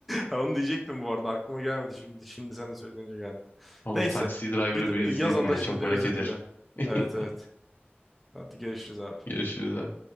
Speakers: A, in the centre; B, on the left.
A: Ha, Onu diyecektim bu arada aklıma gelmedi şimdi. Şimdi sen de söyleyince geldi.
B: <laughs> Ama
A: Neyse.
B: bu Taxi Driver'ı
A: Git e,
B: bir izleyelim
A: yaz ona
B: ya.
A: şimdi
B: Çok merak
A: özür
B: ediyorum.
A: dile.
B: <laughs>
A: Evet evet. Hadi görüşürüz abi.
B: Görüşürüz abi.